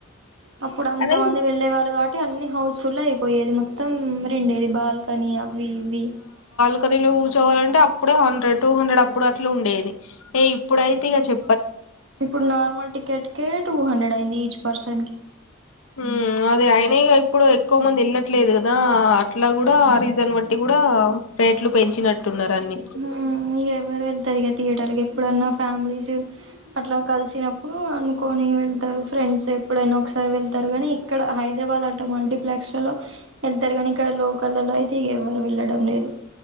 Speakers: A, on the right; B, on the left.
A: అప్పుడంతమంది
B: కానీ
A: వెళ్ళేవాళ్ళు కాబట్టి అన్ని హౌస్ ఫుల్ అయి పోయేది మొత్తం రెండే బాల్కనీ అవి ఇవి
B: బల్కనిలో కూర్చోవాలంటే అప్పుడే హండ్రెడ్ టూ హండ్రెడ్ అప్పుడు అట్లా ఉండేది ఇగ ఇప్పుడయితే ఇగ చె
A: ఇప్పుడు నార్మల్ టికెట్కే టూ హండ్రెడ్ అయింది ఈచ్ పర్సన్ కి
B: హుం అదే అయన ఇగ ఇప్పుడు ఎక్కువ మందేళ్ళట్లేదు కదా అట్లా కూడా ఆ రీజన్ బట్టి కూడా రేట్లు పెంచినట్టున్నారు అన్ని
A: హుమ్ ఇగ ఏవ్వరు వెల్తరిగ థియేటర్ ఎప్పుడన్నా ఫ్యామిలీసూ అట్లా కలిసినప్పుడు అనుకొని వెళ్తారు ఫ్రెండ్స్ ఎప్పుడైనా ఒక్సారి వెళ్తారు గని ఇక్కడ హైదరాబాద్ ఆటో మల్టీప్లెక్స్ లో ఎళ్తారు కానీ ఇక్కడ లోకల్ లో అయితే ఇగఎవ్వరు వెళ్లడం లేదు